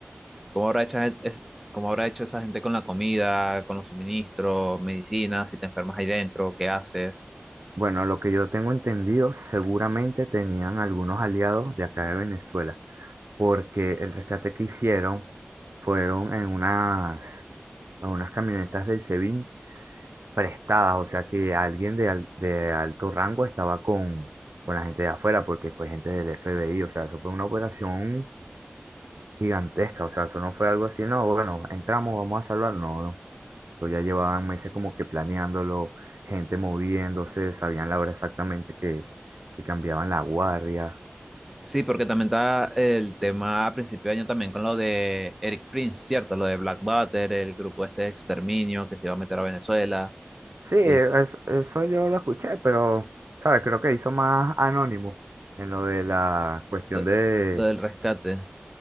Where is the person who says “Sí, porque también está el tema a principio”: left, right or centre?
Centre